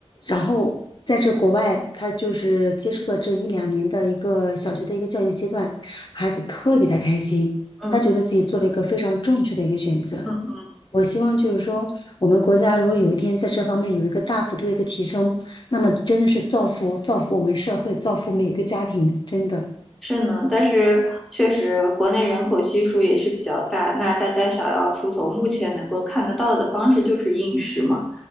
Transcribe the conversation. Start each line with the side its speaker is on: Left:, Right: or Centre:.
Left: 然后在这国外，他就是接触的这一两年的一个小学的一个教育阶段，孩子特别的开心，
Centre: 嗯
Left: 他觉得自己做了一个非常正确的一个选择。
Centre: 嗯。
Left: 我希望就是说，我们国家如果有一天在这方面有一个大幅度一个提升，那么真的是造福造福我们社会，造福每一个家庭，真的。
Centre: 是呢，但是确实国内人口基数也是比较大，那大家想要出头，目前能够看得到的方式就是应试嘛，